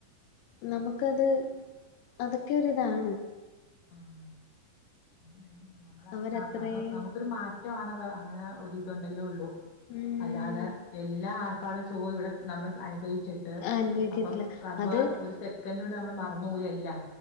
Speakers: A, on the left; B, on the left.
A: നമുക്കത് അതൊക്കെ ഒരു ഇതാണ്
B: ആഹ് വേണം നമ്മള
A: അവരത്രയും
B: അ അ അത് നമുക്കൊരു മാറ്റമാണത് അങ്ങനെ ഒരിതുണ്ടല്ലോ ഉള്ളൂ.
A: ഉം
B: അല്ലാതെ എല്ലാ ആർഭാടവും സുഖവും ഇവിടെ നമ്മള് അനുഭവിച്ചി ട്ട്
A: അനുഭവിക്കത്തില്ല
B: അപ്പം റബ്ബ്
A: അത്
B: ആ ഒരു സെക്കൻഡ് കൊണ്ട് നമ്മള് മറന്ന് <unintelligible> എല്ലാം.